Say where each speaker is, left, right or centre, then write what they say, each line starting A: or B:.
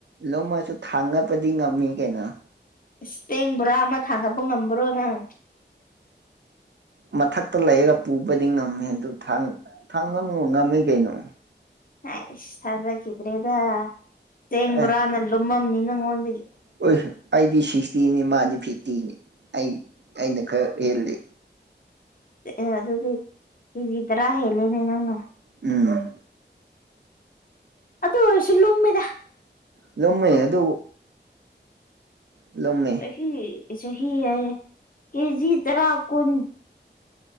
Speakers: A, on the right (about 70°); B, on the left (about 50°).
A: ꯂꯨꯝꯃꯁꯨ ꯊꯥꯡꯉꯄꯗꯤ ꯉꯝꯃꯤ ꯀꯩꯅꯣ
B: ꯏꯁ ꯆꯦꯡꯕꯣꯔꯥ ꯑꯃ ꯊꯥꯡꯒꯠꯄ ꯉꯝꯕ꯭ꯔꯣ ꯅꯪ
A: ꯃꯊꯛꯇ ꯂꯩꯔ ꯄꯨꯕꯗꯤ ꯉꯝꯃꯦ ꯑꯗꯨ ꯊꯥꯡ ꯊꯥꯡ ꯉꯝꯃꯨ ꯉꯝꯃꯤ ꯀꯩꯅꯣ
B: ꯍꯥꯏ ꯏꯁ ꯊꯥꯖꯈꯤꯗ꯭ꯔꯦꯗ ꯆꯦꯡꯕꯣꯔꯥꯅ
A: ꯑꯦ
B: ꯂꯨꯝꯃꯝꯅꯤ ꯅꯪꯉꯣꯟꯗꯒꯤ
A: ꯑꯣꯏ ꯑꯩꯗꯤ ꯁꯤꯛꯁꯇꯤꯅꯤ ꯃꯥꯗꯤ ꯐꯤꯐꯇꯤꯅꯤ ꯑꯩ ꯑꯩꯅ ꯈꯔ ꯍꯦꯜꯂꯦ
B: ꯑꯦꯑꯦ ꯑꯗꯨꯗꯤ ꯀꯦꯖꯤ ꯇꯔꯥ ꯍꯦꯜꯂꯦꯅꯦ ꯅꯪꯅ
A: ꯎꯝ
B: ꯑꯗꯨ ꯑꯣꯏꯁꯨ ꯂꯨꯝꯃꯤꯗ
A: ꯂꯨꯝꯃꯦ ꯑꯗꯨ ꯂꯨꯝꯃꯦ
B: ꯆꯍꯤ ꯁꯍꯤ ꯍꯥꯏꯌꯦ ꯀꯦꯖꯤ ꯇꯔꯥ ꯀꯨꯟ